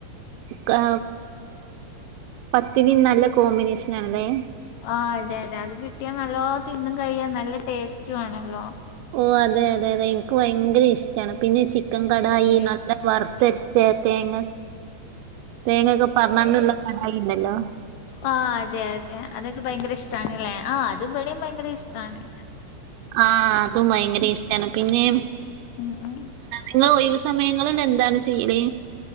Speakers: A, on the right (about 85°); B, on the left (about 75°).
A: ക പത്തിരി നല്ല കോമ്പിനേഷനണല്ലേ
B: ആ അതെ അതെ അത് കിട്ടിയാ നല്ലോ തിന്നും കഴിയാ നല്ല ടേസ്റ്റു ആണല്ലോ
A: ഓ അതെ അതെ അതെ എനിക്ക് ഭയങ്കര ഇഷ്ടാണ് പിന്നെ ചിക്കൻ കടായി
B: ആഹ് അതെ
A: നല്ല വറുത്തര ച്ചെ തേങ്ങ തേങ്ങൊക്കെ പറഞ്ഞാണ്ടൊള്ള കടായി ഇണ്ടല്ലോ
B: ആ അതെ അതെ അതൊക്കെ ഭയങ്കര ഇഷ്ടണ് അല്ലേ ആ അത് ഇവിടെയും ഭയങ്കര ഇഷ്ടാണ്
A: ആ അതും ഭയങ്കര ഇഷ്ടമാണ് പിന്നെ
B: ഉം ഉം
A: നിങ്ങളൊഴിവ് സമയങ്ങളിലെന്താണ് ചെയ്യല്?